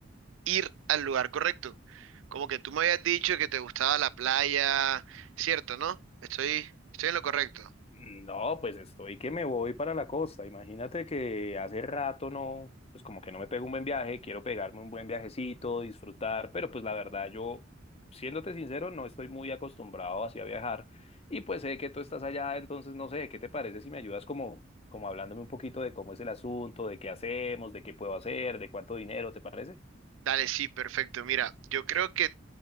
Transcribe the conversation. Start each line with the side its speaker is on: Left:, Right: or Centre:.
Right: ir al lugar correcto. Como que tú me habías dicho que te gustaba la playa, ¿cierto, no? Estoy, estoy en lo correcto.
Left: No, pues estoy que me voy para la costa. Imagínate que hace rato no, pues como que no me pego un buen viaje, quiero pegarme un buen viajecito, disfrutar, pero pues la verdad yo, siéndote sincero, no estoy muy acostumbrado así a viajar y pues sé que tú estás allá, entonces no sé, ¿qué te parece si me ayudas como, como hablándome un poquito de cómo es el asunto, de qué hacemos, de qué puedo hacer, de cuánto dinero, ¿te parece?
Right: Dale, sí, perfecto. Mira, yo creo que